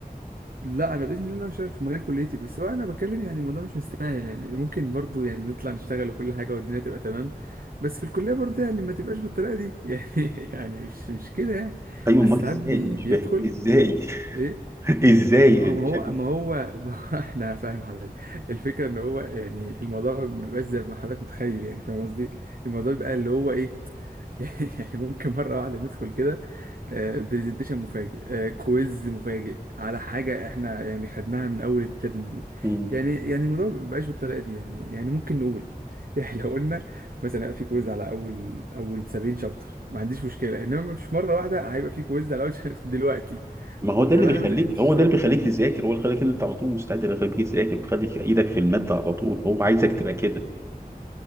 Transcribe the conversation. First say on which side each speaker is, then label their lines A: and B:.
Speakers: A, on the right (about 65°); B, on the right (about 15°).
A: لا انا باذن الله شغال في مجال كليتي بس هو انا بتكلم يعني الموضوع مش مستاهل يعني ممكن برضو يعني نطلع نشتغل وكل حاجه والدنيا تبقى تمام بس في الكليه برضو يعني ما تبقاش بالطريقه دي <laughs> يعني يعني مش مش كده يعني
B: ايوه
A: بس
B: امال
A: ساعات
B: ازاي
A: بي
B: مش
A: بيدخل
B: فاهم ازاي
A: ايه
B: <laughs> ازاي
A: ما هو
B: انت
A: ما
B: شايف
A: هو ما هو ما هو- <laughs> احنا فاهم حضرتك الفكره ان هو يعني الموضوع ما بيبقاش زي ما حضرتك متخيل يعني فاهم قصدي الموضوع بيبقى اللي هو ايه <laughs> يعني ممكن مرة واحدة ندخل كده برزنتيشن مفاجئ آه، كويز مفاجئ على حاجة احنا يعني خدناها من أول الترم
B: <laughs>
A: يعني يعني الموضوع مبقاش بالطريقة دي يعني يعني ممكن نقول <laughs> يعني لو قلنا مثلا هيبقى في كويز على أول أول 70 شابتر ما عنديش مشكلة إنما مش مرة واحدة هيبقى في كويز على أول <laughs> شابتر دلوقتي
B: ما هو ده
A: طب
B: اللي
A: أنا
B: بيخليك
A: ما ذاكرتش
B: هو ده
A: طيب
B: اللي بيخليك تذاكر هو اللي خليك ان انت على طول مستعد اللي بيخليك تذاكر بتخليك ايدك في الماده على طول هو عايزك تبقى كده